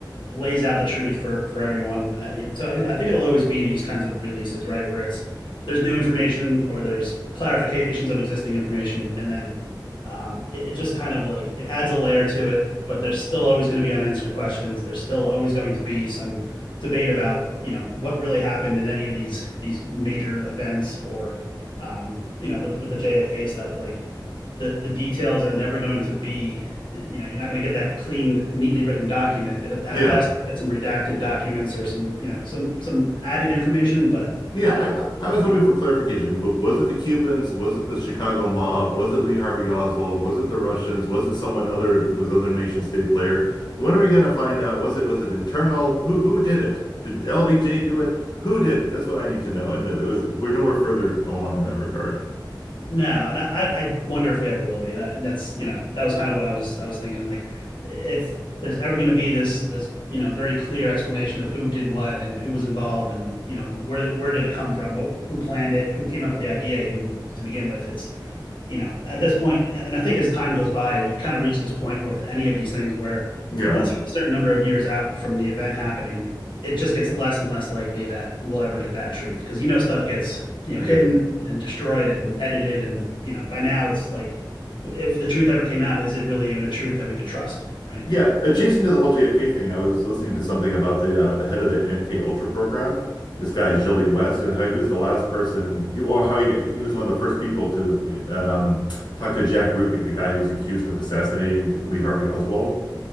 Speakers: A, on the left; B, on the left.
A: lays out the truth for for everyone. Uh, so I, I think it'll always be these kinds of releases, right? Where it's there's new information or there's clarifications of existing information, and then um, it, it just kind of like it adds a layer to it. But there's still always going to be unanswered questions. There's still always going to be some debate about you know what really happened in any of these these major events or um, you know with with the JFK stuff like the the details are never going to be eh, you know you're not going to get that clean neatly written document at
B: Yeah.
A: best you get some redacted documents or some you know some some added information but
B: Yeah, I,
A: uh,
B: I I was
A: yeah
B: hoping for clarification. W- Was it the Cubans? Was it the Chicago mob? Was it Lee Harvey Oswald? Was it the Russians? Was it someone other who was other nation state player? When are we going to find out? Was it was it internal? Who who did it? Did LBJ do it? Who did it? That's what I need to know. And it was we're nowhere further along in that regard.
A: no and I I wonder if we ever will be that that's you know that was kind of what I was I was thinking like if there's ever going to be this this you know very clear explanation of who did what and who was involved and you know where where did it come from what who planned it who came up with the idea even to begin with it's you know, at this point, and I think as time goes by, you kind of reach this point with any of these things where
B: Yeah,
A: once you get a certain number of years out from the event happening, it just gets less and less likely that we'll ever get that truth because you know stuff gets you know
B: yeah,
A: hidden and destroyed and edited and you know by now it's like if the truth ever came out, is it really even a truth that we can trust, right?
B: yeah. Adjacent to the whole JFK thing, I was listening to something about the uh, the head of the MK Ultra program, this guy Jolly
A: Yeah.
B: West, and how he was the last person, he, or how he got- he was one of the first people to um, talk to Jack Ruby, the guy who was accused of assassinating Lee Harvey Oswald.